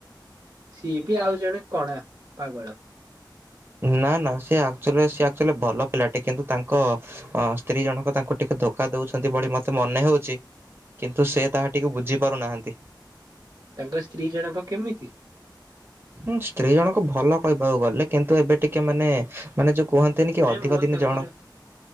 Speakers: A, on the right (about 55°); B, on the right (about 30°).
A: ସିଏ ବି ଆଉ ଜଣେ କଣା ପାଗଳ।
B: ନା ନା ସେ ଆଚୁ ଆକ୍ଚୁଲି ଭଲ ପିଲାଟି କିନ୍ତୁ ତାଙ୍କ ଅ ସ୍ତ୍ରୀ ଜଣକ ତାଙ୍କୁ ଟିକେ ଧୋକା ଦଉଚନ୍ତି ବୋଲି ମତେ ମନେ ହଉଚି। କିନ୍ତୁ ସେ ତାହା ଟିକୁ ବୁଝିପାରୁନାହାନ୍ତି।
A: ତାଙ୍କ ସ୍ତ୍ରୀ ଜଣକ କେମିତି?
B: ହୁଁ ସ୍ତ୍ରୀ ଜଣଙ୍କ ଭଲ କହିବାକୁ ଗଲେ କିନ୍ତୁ ଏବେ ଟିକେ ମାନେ ମାନେ ଯୋଉ କୁହନ୍ତିନି କି
A: ନାଇଁ
B: ଅଧିକ
A: ମୁଁ
B: ଦିନ
A: ତାଙ୍କର
B: ଜଣ